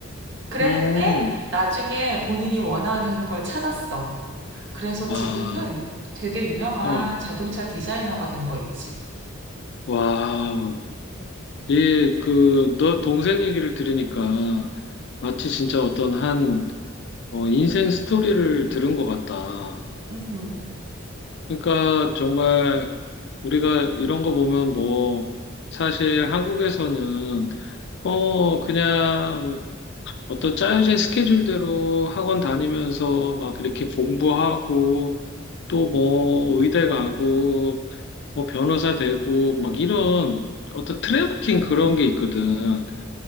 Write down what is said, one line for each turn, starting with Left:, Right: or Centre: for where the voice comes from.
Right: 그랬는데
Left: 음,
Right: 나중에 본인이 원하는 걸 찾았어. 그래서
Left: 아,
Right: 지금은 되게 유명한
Left: 어,
Right: 자동차 디자이너가 된 거 있지.
Left: 와우. 이, 그, 너 동생 얘기를 들으니까 마치 진짜 어떤 한, 어, 인생 스토리를 들은 것 같다.
Right: 음,
Left: 그러니까 정말 우리가 이런 거 보면 뭐 사실 한국에서는 어 그냥 어떤 짜여진 스케줄대로 학원 다니면서 막 이렇게 공부하고 또 뭐 의대 가고 뭐 변호사 되고 막 이런 어떤 트래버킹 그런 게 있거든.